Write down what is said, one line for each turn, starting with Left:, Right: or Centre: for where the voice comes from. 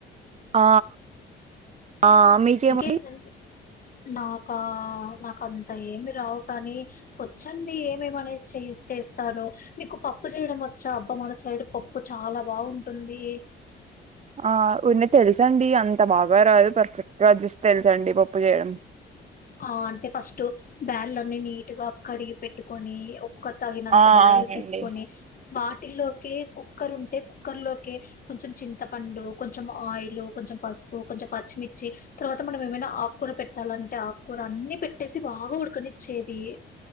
Right: ఆ ఆ మీకేమండి
Left: ఇంకేంటండి నా ఒక నాక అంత ఏమి రావు కాని వచ్చండి ఏమేమనే చే చేస్తాను మీకు పప్పు చేయడం మొత్తం చాబ్బ మ సైడ్ పప్పు చాలా బాగుంటుంది
Right: ఆ ఉన్న తెలుసండి అంత బాగా రాదు పర్ఫెక్ట్ గాజస్ట్ తెలుసండి పప్పు చేయడం
Left: ఆ అంటే ఫస్ట్ బ్యాల్న్నిీ నీట్ గా కడిగి పెట్టుకొని ఒక తాగినంత
Right: ఆ
Left: బ్యార్లు
Right: అవునండి
Left: తీసుకొని వా ఇట్టిలోకి కుక్కర్ ఉంటే కుక్కర్ లోకి కొంచెం చింతపండు కొంచెం ఆయిల్ కొంచెం పసుపు కొంచెం పచ్చిమిర్చి తర్వాత మనం ఏమైనా ఆకులు పెట్టాలంటేకు కూ అన్ని పెట్టేసి బాగా ఉడుకని ఇచ్చేది